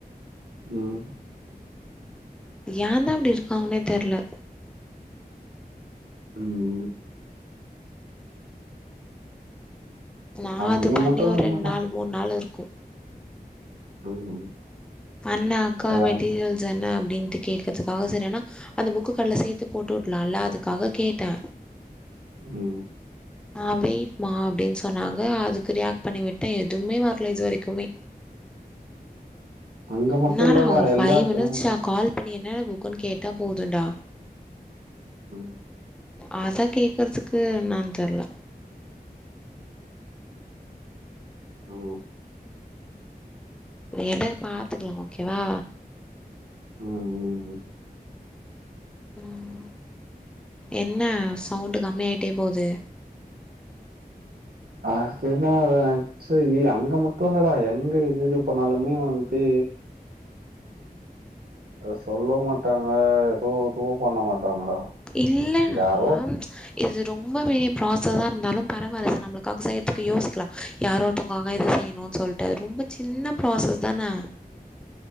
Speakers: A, on the right (about 70°); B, in the centre.
A: ம்
B: ஏந்தா இப்டி இருக்காங்கன்னே தெரில
A: ம்
B: நா அது
A: அங்க
B: பண்ணி
A: மட்டும்
B: ஒரு
A: இல்லடா
B: ரெண்டு நாள் மூணு நாள் இருக்கு
A: ம்
B: அண்ணே அக்கா
A: அதான்
B: மெட்டீரியல் தான அப்டின்ட்டு கேக்குறதுக்காக சரி ஆனா அந்த புக்கு கடேல சேத்து போட்டு விடலாம்ல அதுக்காக கேட்டே
A: ம்
B: ஆ வெயிட் மா அப்டின்னு சொன்னாங்க அதுக்கு ரியாக்ட் பண்ணி விட்டே எதுவுமே வரல இது வரைக்குமே
A: அங்க மட்டும்
B: என்னாடா
A: இல்லடா
B: ஒரு ஃபைவ்
A: எல்லா இடத்துலயும்
B: மினிட்சா
A: அங்க தான்
B: கால் அப்ப நீ என்னென்ன புக்குன்னு கேட்டா போதுன்டா
A: ம்
B: அத கேக்குறதுக்கு என்னான்னு தெர்ல
A: ஓ
B: எத பாத்துக்கலா ஓகேவா
A: ம் ம் ம்
B: ம் என்ன சவுண்டு கம்மி ஆயிட்டே போது
A: ஆ <unintelligible> சோ இது அங்க மட்டு இல்லடா எங்க இது இது பண்ணாலுமே வந்து அத சொல்ல மாட்டாங்க எதுவு இதுவு பண்ண மாட்டாங்கடா
B: இல்ல
A: யாரோ
B: ஆம் இது ரொம்பவே ப்ராசஸ் ஆ இருந்தாலு பரவால்ல சார் நம்மளுக்காக செய்யிறதுக்கு யோசிக்கலா யாரோ ஒருத்தவங்காக இத செய்யணு சொல்லிட்டு ரொம்ப சின்ன ப்ராசஸ் தான